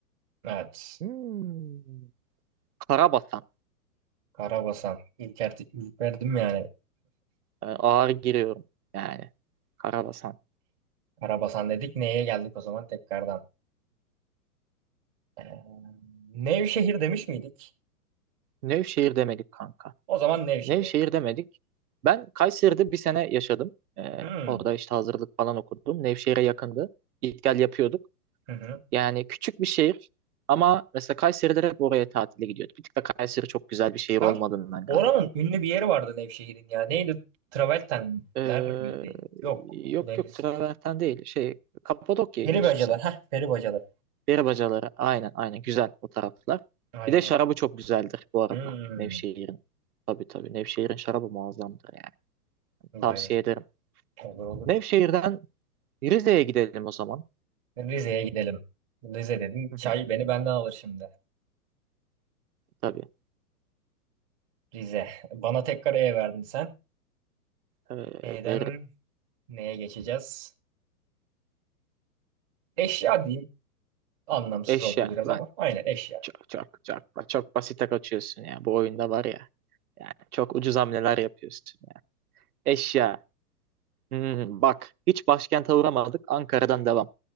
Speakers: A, on the right; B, on the right.
A: Evet.
B: Hmm. Karabasan.
A: Karabasan. İlk, er- ilk verdim yani.
B: Yani ağır giriyorum yani. Karabasan.
A: Karabasan dedik. Neye geldik o zaman tekrardan? Ee, Nevşehir demiş miydik?
B: Nevşehir demedik kanka.
A: O zaman Nevşehir.
B: Nevşehir
A: diyor.
B: demedik. Ben Kayseri'de bir sene yaşadım. Ee,
A: Hmm.
B: orada işte hazırlık falan okudum. Nevşehir'e yakındı. Git gel yapıyorduk.
A: Hı hı.
B: Yani küçük bir şehir ama mesela Kayseri'de hep oraya tatile gidiyorduk. Bir tık da Kayseri çok güzel bir şehir
A: Kanka,
B: olmadığından
A: oranın
B: galiba.
A: ünlü bir yeri vardı Nevşehir'in ya. Neydi? Travertenler
B: Ee,
A: miydi? Yok.
B: yok
A: Bu deniz.
B: yok Traverten değil. Şey Kapadokya'ya
A: Peribacalar.
B: gidiyorsun sen.
A: Heh, peribacalar.
B: Peri bacaları. Aynen aynen güzel o taraflar.
A: Aynen.
B: Bir de şarabı çok güzeldir bu arada.
A: Hmm.
B: Nevşehir'in. Tabii tabii. Nevşehir'in şarabı muazzamdır yani.
A: Vay
B: Tavsiye
A: be.
B: ederim.
A: Olur olur.
B: Nevşehir'den Rize'ye gidelim o zaman.
A: Rize'ye gidelim. Rize dedim.
B: Hı
A: Çay
B: hı,
A: beni benden alır şimdi.
B: tabii.
A: Rize. Bana tekrar E verdin sen.
B: Ee,
A: E'den
B: veririm.
A: neye geçeceğiz? Eşya diyeyim. Anlamsız
B: Eşya.
A: oldu biraz
B: Ben
A: ama. Aynen eşya.
B: çok çok çok çok basite kaçıyorsun ya. Bu oyunda var ya. Yani çok ucuz hamleler yapıyorsun. ya. Eşya. Hmm, bak hiç başkente uğramadık. Ankara'dan devam.